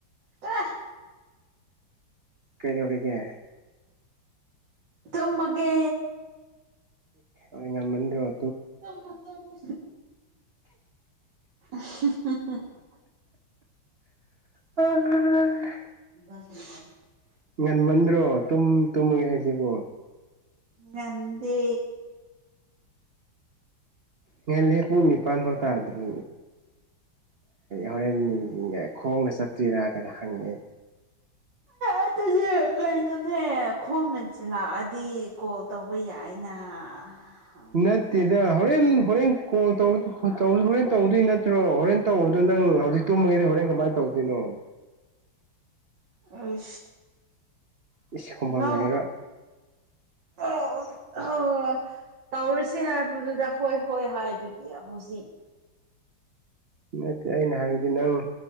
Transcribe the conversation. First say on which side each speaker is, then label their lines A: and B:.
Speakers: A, on the right; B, on the right.
A: ꯇ <unintelligible>
B: ꯀꯩꯩꯗꯧꯔꯤꯒꯦ
A: ꯇꯨꯝꯃꯒꯦ
B: ꯑꯦ ꯉꯟꯃꯟꯗꯔ‌ꯣ
A: ꯇꯨꯝꯃꯨ ꯇꯨꯝꯃꯨ <unintelligible>
B: ꯑꯣ ꯍ <unintelligible>
A: <unintelligible>
B: ꯉꯟꯃꯟꯗꯔꯣ ꯇꯨꯝ ꯇꯨꯝꯃꯒ ꯍꯥꯏꯁꯤꯕꯨ
A: ꯉꯟꯗꯦ
B: ꯉꯟꯂ‌ꯦꯍ‌ꯦ ꯄꯨꯡ ꯅꯤꯄꯥꯟ ꯕꯥꯩ ꯇꯥꯗ꯭ꯔꯤ ꯍꯣꯔꯦꯟ ꯈꯣꯡꯅ ꯆꯠꯇ꯭ꯣꯏꯔꯥ ꯀꯥꯏꯅ ꯍꯪꯉꯦ
A: ꯑ ꯇꯖꯤ ꯀꯩꯅꯅꯦ ꯈꯣꯡꯅ ꯂꯥꯛꯑꯗꯤ ꯀꯣꯜ ꯇꯧꯕ ꯌꯥꯏꯅ ꯍꯪꯕꯅꯤꯗ
B: ꯅꯠꯇꯗ ꯍꯣꯔꯦꯟꯦꯟ ꯍꯣꯣꯔꯦꯟ ꯀꯣ ꯍꯣꯔꯦꯟ ꯇꯧꯗꯣꯏ ꯅꯠꯇ꯭ꯔꯣ ꯍꯣꯔꯦꯟ ꯇꯧꯕꯗꯣ ꯅꯪ ꯍꯧꯖꯤꯛ ꯇꯨꯝꯕꯒꯤꯩꯗꯤ ꯍꯣꯔꯦꯟ ꯀꯃꯥꯏꯅ ꯇꯧꯗꯣꯏꯅꯣ ꯍꯣꯡ
A: ꯑ
B: ꯏꯁ ꯈꯨꯝꯐꯝ
A: ꯅ
B: ꯂꯩꯔꯣꯏ
A: ꯑꯣ ꯍ ꯇꯧꯔꯁꯦ ꯍꯥꯏꯕꯗꯨꯗ ꯍꯣꯏ ꯍꯣꯏ ꯍꯥꯏꯕꯤꯒꯦ ꯍꯧꯖꯤ
B: ꯅꯠꯇꯦ ꯑꯩꯅ ꯍꯥꯏꯕꯗꯤ ꯅꯪ